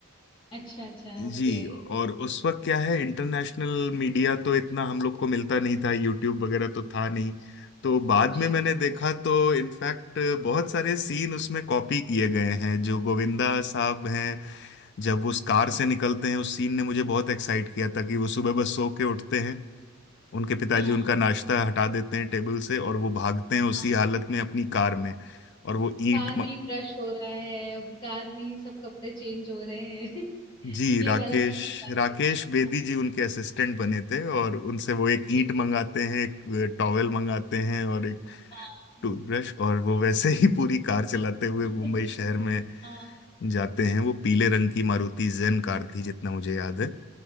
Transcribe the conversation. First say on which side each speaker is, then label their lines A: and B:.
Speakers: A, on the left; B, on the left.
A: अच्छा अच्छा
B: जी
A: ओके
B: और उस वक्त क्या है इंटरनेशनल मीडिया तो इतना हम लोग को मिलता नहीं था यूट्यूब वगैरह तो था नहीं तो बाद
A: जी
B: में मैंने देखा तो इनफैक्ट बहुत सारे सीन उसमें कॉपी किए गए हैं जो गोविंदा साहब हैं जब वो उस कार
A: हम्म।
B: से निकलते हैं उस सीन ने मुझे बहुत एक्साइट किया था कि वो सुबह बस सो के उठते हैं उनके पिताजी
A: हाँ
B: उनका नाश्ता हटा देते हैं टेबल से और वो भागते हैं उसी
A: हाँ
B: हालत में अपनी कार में और वो ईंट
A: कार में ही ब्रश हो रहा है अब कार में ही सब कपड़े चेंज हो रहे हैं <laughs>
B: जी
A: ये
B: राकेश
A: वाला सीन बात
B: राकेश
A: कर रहे
B: बेदी
A: हो हाँ
B: जी उनके असिस्टेंट बने थे और उनसे वो एक
A: जी
B: ईंट
A: जी
B: मंगाते हैं एक टॉवेल मंगाते हैं और एक
A: हाँ
B: टूथब्रश और वो वैसे ही पूरी कार चलाते हुए
A: <laughs>
B: मुंबई शहर में
A: हाँ
B: जाते हैं वो पीले रंग की मारुति जेन कार थी जितना मुझे याद